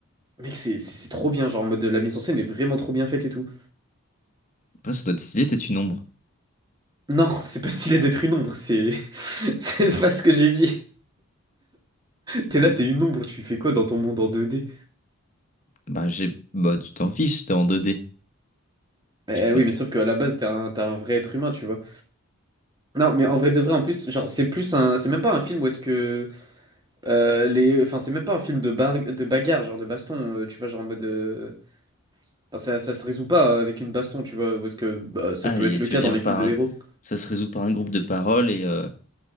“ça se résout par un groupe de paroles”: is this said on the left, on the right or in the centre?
Left